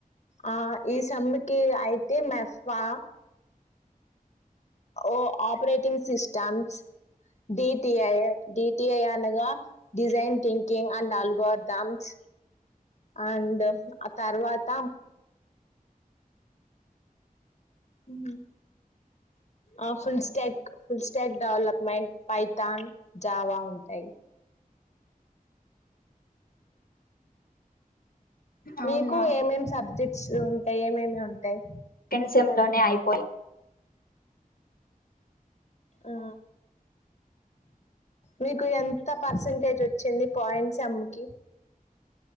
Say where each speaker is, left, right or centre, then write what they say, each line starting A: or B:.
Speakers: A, on the left; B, on the left.
A: ఆ ఈ సమ్మెకి అయితే మెఫ్ఫా ఓ ఆపరేటింగ్ సిస్టమ్స్ డిటిఐ డిటిఐ అనగా design thinking and algorithms and ఆ తర్వాత ఉమ్ ఆ full stack full stack development Python Java ఉంటాయి
B: అవునా
A: మీకు ఏమేమి సబ్జెక్ట్స్ ఉంటాయి ఏమేమి ఉంటాయి
B: కెన్ సెంలోనే అయిపోయ్
A: ఆ మీకు ఎంత పర్సంటేజ్ వచ్చింది పాయింట్స్ సెమ్ముకి